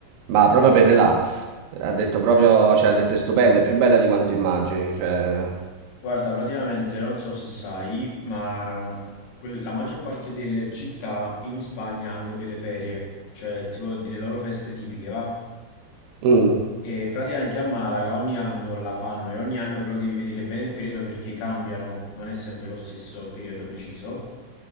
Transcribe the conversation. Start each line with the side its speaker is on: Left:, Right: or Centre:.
Right: ma proprio per relax. Ha detto proprio, cioè ha detto è stupenda, è più bella di quanto immagini, cioè...
Left: Guarda, praticamente non so se sai, ma quel- la maggior parte delle città in Spagna hanno delle ferie, cioè tipo delle loro feste tipiche, va?
Right: Mm.
Left: E praticamente a Malaga ogni anno la fanno e ogni anno però devi vedere bene il periodo perché cambiano, non è sempre lo stesso periodo preciso.